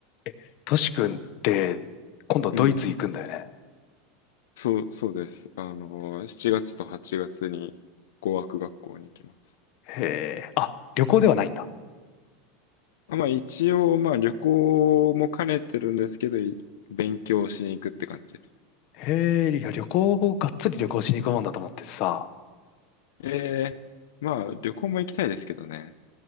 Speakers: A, on the left; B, on the left.
A: えトシ君って今度ドイツ行くんだよね。
B: うん。そう、そうです。あの、7月と8月に語学学校に行きます。
A: へえ。あ、旅行ではないんだ。
B: あまあ一応、まあ旅行も兼ねてるんですけど、い勉強しに行くって感じです。
A: へえ、いや、旅行をがっつり旅行しに行くもんだと思ってさ。
B: ええ、まあ旅行も行きたいですけどね。